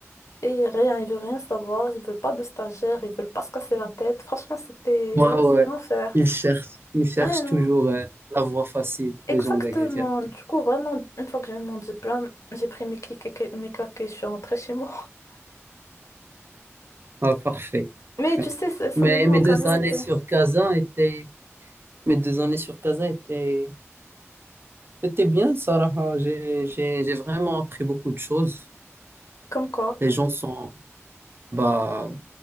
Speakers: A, on the left; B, on the right.
A: Et rien, ils veulent rien savoir, ils veulent pas de stagiaires, ils veulent pas se casser la tête. Franchement, c'était
B: Ouais, ouais.
A: c'était
B: ouais.
A: l'enfer.
B: Ils cherchent, ils cherchent
A: Ouais, hein,
B: toujours euh, la voie facile,
A: exactement.
B: les gens d'Agadir.
A: Du coup, vraiment, une fois que j'avais mon diplôme, j'ai pris mes clics et que- mes claques et je suis rentrée chez moi. <laughs>
B: Ah, parfait,
A: Mais
B: parfait.
A: tu sais, ça, ça
B: Mais
A: me manque
B: mes deux
A: la vérité.
B: années sur Kazan étaient, mes deux années sur Kazan étaient C'était bien, Sarah. J'ai, j'ai, j'ai vraiment appris beaucoup de choses.
A: Comme quoi,
B: Les gens sont, bah,